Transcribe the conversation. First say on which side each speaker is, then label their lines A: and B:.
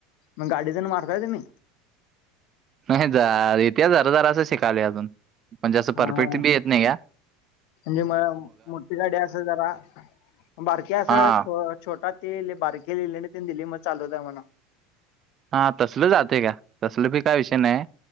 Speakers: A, on the left; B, on the right.
A: मग गाडी जण मारताय तुम्ही?
B: नाही ज येते जरा जरा असं शिकाले अजून म्हणजे असं
A: हा
B: परफेक्ट बी येत नाही या.
A: म्हणजे म मोठी गाडी असं जरा बारकी असं.
B: हां,
A: छोटा तेले बारके लिले आणि ते दिले मग चालत आहे मणा.
B: हा तसल जाते का तसल पी काय विषय नाही.